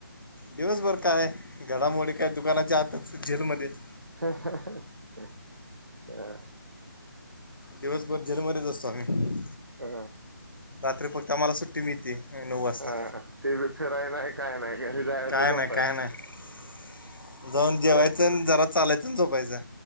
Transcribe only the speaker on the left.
दिवसभर काय घडामोडी काय दुकानाच्या आतात जेलमध्येच.
दिवसभर जेलमध्येच असतो आम्ही.
रात्री प आम्हाला सुट्टी मिळते नऊ वाजता.
काय
नाही काय नाही. जाऊन जेवायचं
न जरा चालायचं झोपायचं.